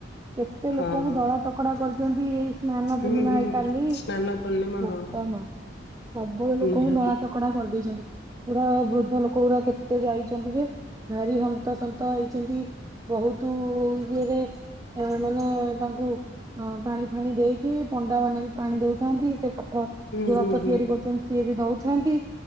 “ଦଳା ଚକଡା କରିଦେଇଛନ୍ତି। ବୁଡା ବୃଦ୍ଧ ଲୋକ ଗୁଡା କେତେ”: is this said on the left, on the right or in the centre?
Right